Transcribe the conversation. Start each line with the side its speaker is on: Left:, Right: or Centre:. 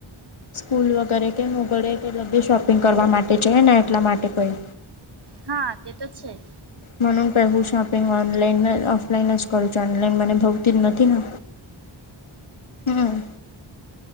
Left: સ્કૂલ વગેરે કે મોગળે કે લબી શોપિંગ કરવા માટે છે ને એટલા માટે કોઈ.
Right: હા તે તો છે જ.
Left: મને કહેવું શોપિંગ ઓનલાઈન ઓફલાઈન જ કરું છ ઓનલાઈન મને ગમતી જ નથી ને. હમ